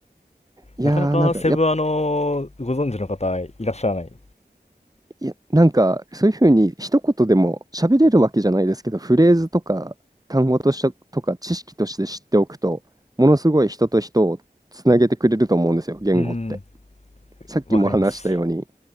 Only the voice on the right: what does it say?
いやーなんかやっ
いや、なんか、そういう風に一言でも喋れるわけじゃないですけど、フレーズとか単語としてとか知識として知っておくと、ものすごい人と人をつなげてくれると思うんですよ、言語って。
さっきも話したように、